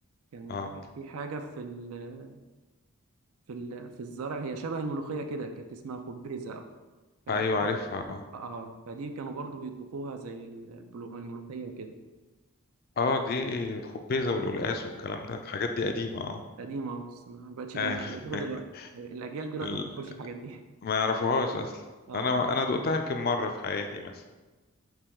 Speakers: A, on the right (about 75°); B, on the left (about 40°).
A: كان
B: آه
A: في حاجة في ال... في ال... في الزرع هي شبه الملوخية كده كانت اسمها خبيزة فدي
B: أيوة عارفها آه
A: آه فدي كانوا برضو بيطبخوها زي البلو- الملوخية وكده
B: آه دي الخبيزة والقلقاس والكلام ده الحاجات دي قديمة آه
A: قديمة بس ما بقتش ده-
B: آه. <laughs>
A: موجودة دلوقتي الأجيال دلوقتي
B: ال-
A: ما بتاكلش الحاجات دي <laughs>
B: ما يعرفوهاش أصلا
A: آه
B: أنا أنا دقتها يمكن مرة في حياتي مثلا